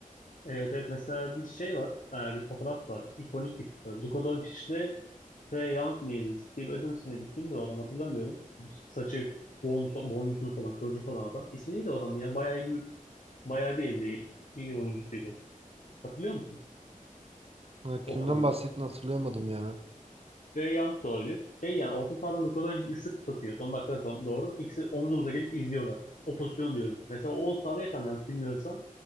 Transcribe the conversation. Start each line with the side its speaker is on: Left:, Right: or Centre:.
Left: Evet, evet mesela bir şey var. e, bir fotoğraf var. İkonik bir fotoğraf. Luka Doncic'le Trae Young mıydı? Steve Adams mıydı? Kimdi o adam hatırlamıyorum. Saçı bonus, bonusuz olan, kıvırcık olan adam. İsmi neydi o adamın ya? Bayağı bir, bayağı bir NBA iyi oyuncusuydu. Hatırlıyor musun?
Right: Ha,
Left: O
Right: kimden
Left: adamın
Right: bahsettiğini hatırlayamadım ya.
Left: Trae Young da olabilir. Şey yani orta sahadan Nikola Jokic üçlük sokuyor. Son dakika son doğru. İkisi omuz omuza gelip izliyorlar. O pozisyonu diyorum. Mesela o sahada yakan yanlış bilmiyorsam.